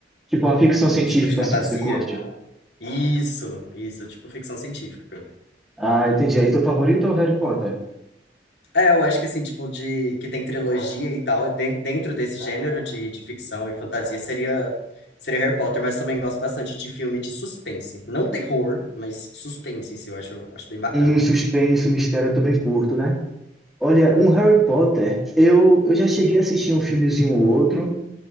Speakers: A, in the centre; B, on the left.
A: Tipo uma ficção científica
B: Tipo, de fantasia.
A: assim que você curte?
B: Isso, isso, tipo, ficção científica.
A: Ah, entendi. Aí teu favorito é o Harry Potter?
B: É, eu acho que assim, tipo, de que tem trilogia e tal, den- dentro desse gênero de, de ficção e fantasia seria seria Harry Potter, mas também gosto bastante de filme de suspense. Não terror, mas suspense em si, eu acho, acho bem bacana.
A: Um suspense, um mistério eu também curto, né? Olha, um Harry Potter, eu, eu já cheguei a assistir um filmezinho ou outro,